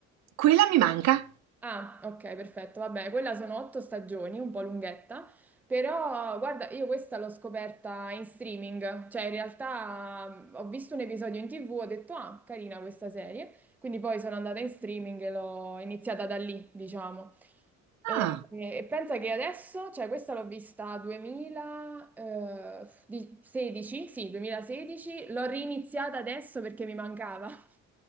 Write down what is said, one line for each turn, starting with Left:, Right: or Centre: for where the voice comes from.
Right: Quella mi manca.
Centre: Ah, ok, perfetto. Vabbè, quella sono otto stagioni, un po' lunghetta, però guarda, io questa l'ho scoperta in streaming, cioè in realtà mm, ho visto un episodio in TV, ho detto, ah, carina questa serie, quindi poi sono andata in streaming e l'ho iniziata da lì, diciamo. E,
Right: Ah,
Centre: e pensa che adesso, cioè questa l'ho vista 2016, sì, 2016, l'ho riniziata adesso perché mi mancava. <laughs>